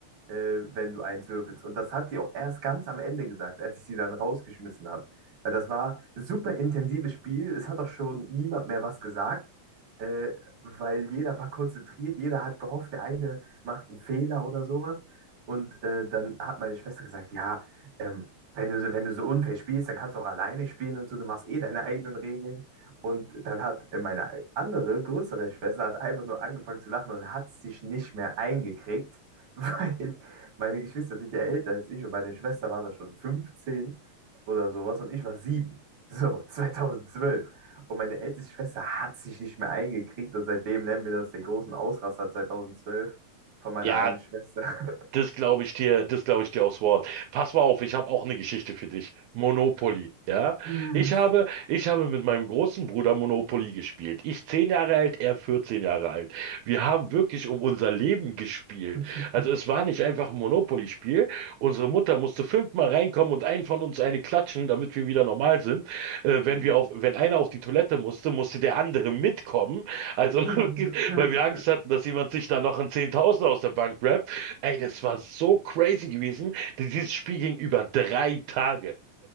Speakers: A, on the right; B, on the right.
A: äh, wenn du eins würfelst. Und das hat sie auch erst ganz am Ende gesagt, als ich sie dann rausgeschmissen habe. Weil das war super intensives Spiel. Es hat auch schon niemand mehr was gesagt, äh, weil jeder war konzentriert, jeder hat gehofft, der eine macht einen Fehler oder sowas. Und äh, dann hat meine Schwester gesagt, ja, ähm, wenn du so, wenn du so unfair spielst, dann kannst du auch alleine spielen und so, du machst eh deine eigenen Regeln. Und dann hat äh, meine andere, größere Schwester hat einfach nur angefangen zu lachen und hat sich nicht mehr eingekriegt, <laughs> weil meine Geschwister sind ja älter als ich und meine Schwester war da schon 15 oder sowas und ich war sieben. So, 2012. Und meine älteste Schwester hat sich nicht mehr eingekriegt und seitdem nennen wir das den großen Ausraster 2012. Von meiner
B: Ja,
A: einen Schwester. <laughs>
B: Das glaube ich dir, das glaube ich dir aufs Wort. Pass mal auf, ich habe auch eine Geschichte für dich. Monopoly, ja?
A: Mm.
B: Ich habe, ich habe mit meinem großen Bruder Monopoly gespielt. Ich zehn Jahre alt, er 14 Jahre alt. Wir haben wirklich um unser Leben gespielt.
A: <laughs>
B: Also es war nicht einfach ein Monopoly-Spiel. Unsere Mutter musste fünfmal reinkommen und einen von uns eine klatschen, damit wir wieder normal sind. Äh,
A: Mm.
B: wenn wir auf, wenn einer auf die Toilette musste, musste der andere mitkommen. Also
A: <laughs>
B: <laughs> wirklich, weil wir Angst hatten, dass jemand sich da noch ein Zehntausender aus der Bank rappt. Ey, das war so crazy gewesen, denn dieses Spiel ging über drei Tage.